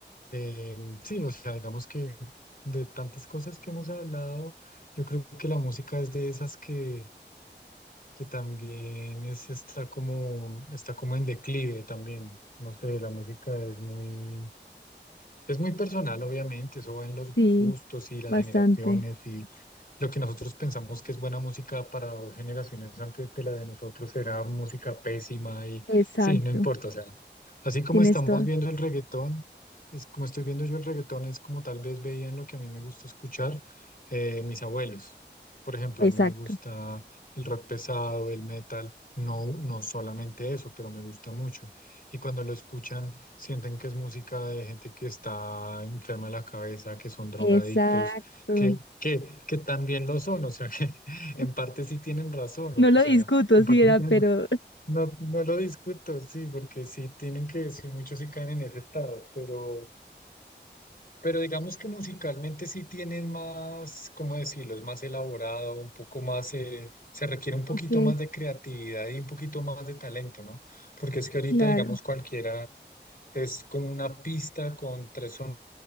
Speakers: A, on the left; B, on the left.
A: eh, sí, o sea, digamos que de tantas cosas que hemos hablado, yo creo que la música es de esas que que también es, está como, está como en declive también. No sé, la música es muy, es muy personal, obviamente, eso va en los
B: sí,
A: gustos y las
B: bastante.
A: generaciones y lo que nosotros pensamos que es buena música para dos generaciones antes de la de nosotros será música pésima y
B: Exacto,
A: sí, no importa, o sea, así como
B: tienes
A: estamos
B: toda.
A: viendo el reggaetón, es como estoy viendo yo el reggaetón, es como tal vez veían lo que a mí me gusta escuchar eh, mis abuelos. Por ejemplo,
B: Exacto,
A: a mí me gusta el rock pesado, el metal, no, no solamente eso, pero me gusta mucho y cuando lo escuchan sienten que es música de gente que está enferma de la cabeza, que son drogadictos,
B: exacto.
A: que, que, que también lo son, o sea, que <laughs>
B: <laughs>
A: en parte sí tienen razón,
B: No
A: o
B: lo
A: sea,
B: discuto
A: en
B: sí
A: parte
B: era,
A: sí tienen
B: pero...
A: razón. No, no lo discuto, sí, porque sí tienen que, sí, muchos sí caen en ese estado, pero, pero digamos que musicalmente sí tienen más, ¿cómo decirlo? Es más elaborado, un poco más, eh, se requiere un poquito
B: Ok,
A: más de creatividad y un poquito más de talento, ¿no? Porque es que ahorita,
B: claro,
A: digamos, cualquiera es como una pista con tres sonidos